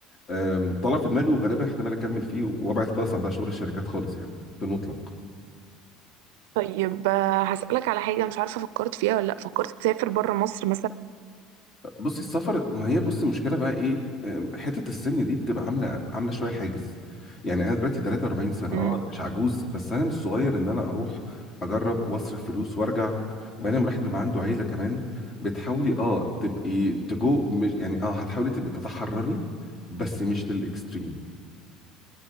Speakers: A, on the left; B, on the right.
A: أم، طلع في دماغي وغالبا احتمال أكمل فيه وأبعد خالص عن بقى شغل الشركات خالص يعني في المطلق
B: طيب آه، هسألك على حاجة مش عارفة فكرت فيها ولا لأ فكرت تسافر بره مصر
A: بصي السفر ما هي بصي المشكله بقى ايه أم، حته السن دي بتبقى عامله عامله شويه حاجز يعني انا دلوقتي 43 سنه
B: مثلا؟
A: اه انا مش عجوز بس انا مش صغير ان انا اروح اجرب واصرف فلوس وارجع وبعدين لما الواحد بيبقى عنده عيله كمان بتحاولي اه تبقي تجو مش يعني اه هتحاولي تبقي تتحرري بس مش للاكستريم